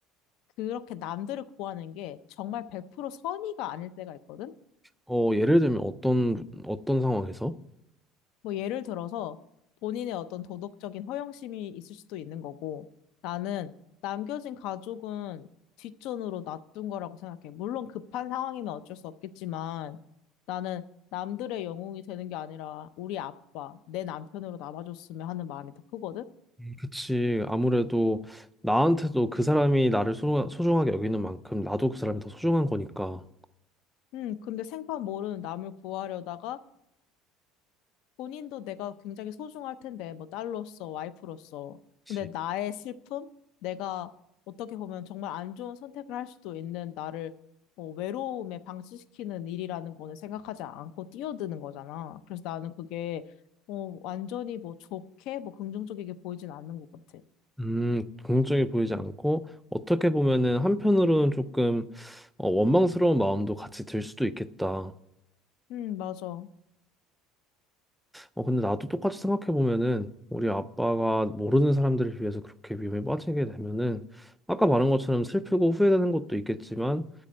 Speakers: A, on the left; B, in the centre.
A: 그렇게 남들을 구하는 게 정말 100% 선의가 아닐 때가 있거든.
B: 어, 예를 들면 어떤 어떤 상황에서?
A: 뭐 예를 들어서 본인의 어떤 도덕적인 허영심이 있을 수도 있는 거고 나는 남겨진 가족은 뒷전으로 놔둔 거라고 생각해. 물론 급한 상황이면 어쩔 수 없겠지만 나는 남들의 영웅이 되는 게 아니라 우리 아빠, 내 남편으로 남아줬으면 하는 마음이 더 크거든.
B: 그치, 아무래도 나한테도 그 사람이 나를 소, 소중하게 여기는 만큼 나도 그 사람이 더 소중한 거니까.
A: 음, 근데 생판 모르는 남을 구하려다가 본인도 내가 굉장히 소중할 텐데, 뭐 딸로서, 와이프로서.
B: 그치.
A: 근데 나의 슬픔? 내가 어떻게 보면 정말 안 좋은 선택을 할 수도 있는 나를 어, 외로움에 방치시키는 일이라는 거는 생각하지 않고 뛰어드는 거잖아. 그래서 나는 그게 어, 완전히 뭐 좋게, 뭐 긍정적이게 보이진 않는 것 같아.
B: 음, 긍정적이 보이지 않고 어떻게 보면은 한편으로는 조금 어, 원망스러운 마음도 같이 들 수도 있겠다.
A: 음, 맞아.
B: 어, 근데 나도 똑같이 생각해 보면은 우리 아빠가 모르는 사람들을 위해서 그렇게 위험에 빠지게 되면은 아까 말한 것처럼 슬프고 후회되는 것도 있겠지만